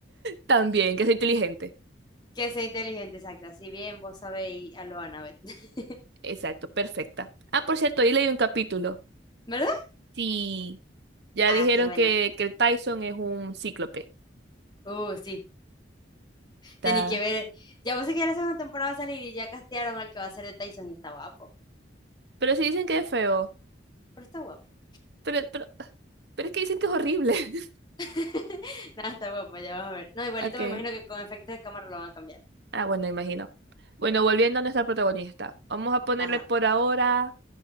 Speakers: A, on the right; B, on the left.
A: también que sea inteligente.
B: Que sea inteligente, exacto. Así bien, vos sabéis a lo Annabeth. <laughs>
A: Exacto, perfecta. Ah, por cierto, ahí leí un capítulo.
B: ¿Verdad?
A: Sí, ya
B: Ah,
A: dijeron
B: qué buena.
A: que, que el Tyson es un cíclope.
B: Uh, sí.
A: Ta-
B: tení que ver. Ya vos sé que ya la segunda temporada va a salir y ya castearon al que va a ser de Tyson y está guapo.
A: Pero sí dicen que es feo.
B: Pero está guapo.
A: Pero, pero, pero es que dicen que es horrible. <laughs>
B: <laughs> Nada, está guapo, ya vas a ver. No, igualito
A: Ok.
B: me imagino que con efectos de cámara lo van a cambiar.
A: Ah, bueno, imagino. Bueno, volviendo a nuestra protagonista. Vamos a ponerle
B: Ajá,
A: por ahora